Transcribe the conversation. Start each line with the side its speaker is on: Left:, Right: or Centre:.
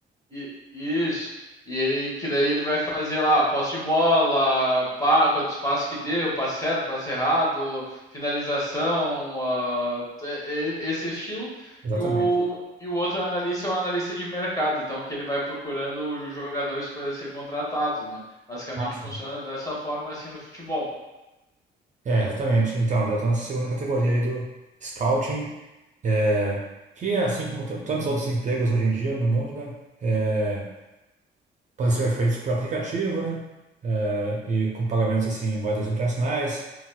Left: E, isso. E ele que daí ele vai fazer lá posse de bola, pá, quantos passos que deu, passe certo, passe errado, finalização, ah, é- é- esse estilo.
Right: Exatamente.
Left: E o, e o outro analista é um analista de mercado, então que ele vai procurando os jogadores para ser contratados, né? Basicamente
Right: Ah, sim.
Left: funciona dessa forma assim no futebol.
Right: É, exatamente. Então, eu tô nessa segunda categoria aí do scouting, é, que é assim como t- tantos outros empregos hoje em dia no mundo, né? É, podem ser feitos por aplicativo, né? É, e com pagamentos assim em moedas internacionais,